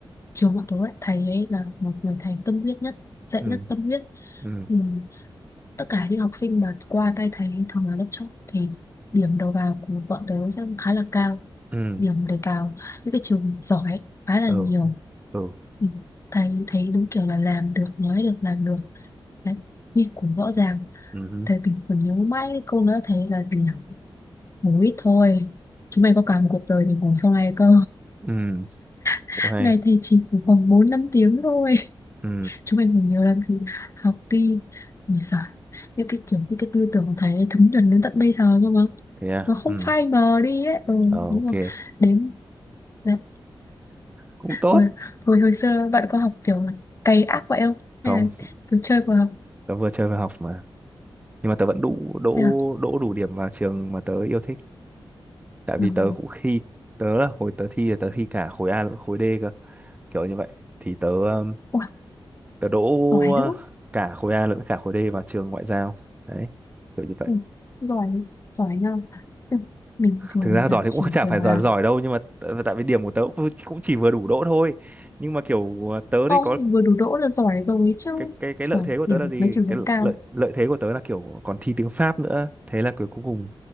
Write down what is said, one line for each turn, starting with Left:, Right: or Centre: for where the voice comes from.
Left: trường bọn tôi ấy, thầy ấy là một người thầy tâm huyết nhất dạy
Right: Ừ
Left: rất tâm huyết
Right: ừ
Left: ừ. tất cả những học sinh mà qua tay thầy thường là lớp chót thì điểm đầu vào của bọn tớ sẽ khá là cao
Right: ừ
Left: điểm để vào những cái trường giỏi khá là
Right: ừ
Left: nhiều
Right: ừ
Left: Ừ, thầy thấy đúng kiểu là làm được nói được làm được đấy quy củ rõ ràng
Right: ừ ừ
Left: thầy mình còn nhớ mãi cái câu nói thầy là gì nhỉ? ngủ ít thôi chúng mày có cả một cuộc đời để ngủ sau này cơ
Right: ừ,
Left: <laughs>
Right: cũng hay
Left: ngày thì chỉ ngủ khoảng bốn năm tiếng thôi
Right: ừ
Left: chúng mình còn nhiều làm gì học đi mà sợ những cái kiểu những cái tư tưởng của thầy ấy thấm nhuần đến tận bây giờ cơ mà
Right: thế à
Left: mà không
Right: ừ
Left: phai mờ đi ấy ừ,
Right: ờ,
Left: đúng
Right: ok
Left: không đến đấy.
Right: cũng tốt
Left: hồi, hồi hồi xưa bạn có học kiểu là cày ác vậy không hay
Right: không
Left: là cứ chơi vừa học
Right: tớ vừa chơi vừa học mà nhưng mà tớ vẫn đủ đỗ
Left: Thế à?
Right: đỗ đủ điểm vào trường mà tớ yêu thích tại
Left: ừ.
Right: vì tớ cũng khi tớ là hồi tớ thi là tớ thi cả khối A lẫn khối D cơ kiểu như vậy thì tớ um,
Left: Ủa,
Right: tớ đỗ
Left: giỏi dữ
Right: uh, cả khối A lẫn cả khối D vào trường ngoại giao đấy kiểu như vậy
Left: ừ. giỏi giỏi nhau ừ. mình thường
Right: thực ra giỏi
Left: là
Right: thì
Left: chỉ
Right: cũng <laughs> chả
Left: kiểu
Right: phải giỏi
Left: là
Right: giỏi đâu nhưng mà t- tại vì điểm của tớ cũng cũng chỉ vừa đủ đỗ thôi nhưng mà kiểu uh, tớ
Left: không
Right: thì có
Left: vừa đủ đỗ là giỏi rồi chứ
Right: cái cái cái lợi
Left: Ờ,
Right: thế của tớ
Left: điểm
Right: là gì
Left: mấy trường
Right: cái
Left: cũng cao
Right: lợi lợi thế của tớ là kiểu còn thi tiếng Pháp nữa thế là cuối cùng